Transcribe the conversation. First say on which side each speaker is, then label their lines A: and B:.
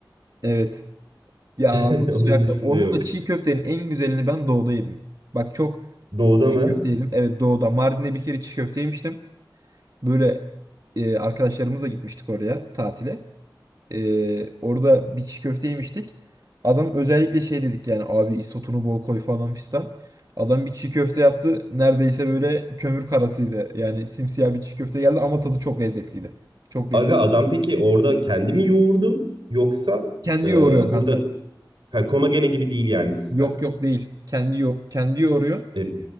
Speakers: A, on the right; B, on the right.
A: Evet. Ya
B: <laughs>
A: ağzım
B: Onun
A: suyu aktı.
B: dışında
A: Onun
B: yok.
A: da çiğ köftenin en güzelini ben doğuda yedim. Bak çok
B: Doğuda mı?
A: çiğ köfte yedim. Evet doğuda. Mardin'de bir kere çiğ köfte yemiştim. Böyle e, arkadaşlarımızla gitmiştik oraya tatile. E, orada bir çiğ köfte yemiştik. Adam özellikle şey dedik yani abi isotunu bol koy falan fistan. Adam bir çiğ köfte yaptı. Neredeyse böyle kömür karasıydı. Yani simsiyah bir çiğ köfte geldi ama tadı çok lezzetliydi. Çok
B: Aga
A: lezzetli.
B: adam peki orada kendi mi yoğurdu yoksa
A: Kendi
B: e,
A: yoğuruyor kanka.
B: burada ha, Komagene gibi değil yani sistem.
A: Yok yok değil. Kendi yo kendi yoğuruyor.
B: E,